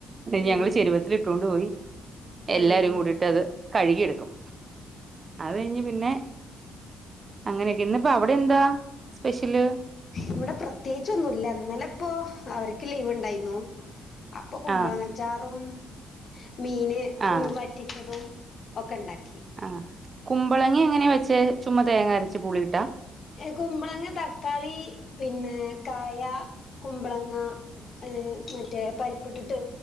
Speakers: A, on the right; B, on the left.
A: ഞങ്ങള്
B: ആഹ്
A: ചെരുവത്തിലിട്ടോണ്ട് പോയി എല്ലാ-.
B: ആഹ്
A: രും കൂടിട്ടത് കഴുകിയെടുക്കും അത് കഴിഞ്ഞ് പിന്നെ. അങ്ങനെയൊക്കെ ഇന്ന്പ്പ അവിടെ എന്താ സ്പെഷ്യല്?
B: ഇവിടെ പ്രത്യേകിച്ചൊന്നുല്ല ഇന്നലെപ്പോ അവർക്ക് ലീവ് ണ്ടായിന്നു. അപ്പൊ കുമ്പളങ്ങച്ചാറും
A: ആഹ്
B: മീന്
A: ആഹ്
B: ഉ വറ്റിച്ചതും. ഒക്കെ ണ്ടാക്കി.
A: ആഹ് കുമ്പളങ്ങ എങ്ങനാ വെച്ചെ ചുമ്മാ തേങ്ങ അരച്ച് പുളിയിട്ടാ.
B: കുമ്പളങ്ങ തക്കാളി പിന്നെ കായ കുമ്പളങ്ങ. ഏഹ് മറ്റേ പരിപ്പിട്ടിട്ട്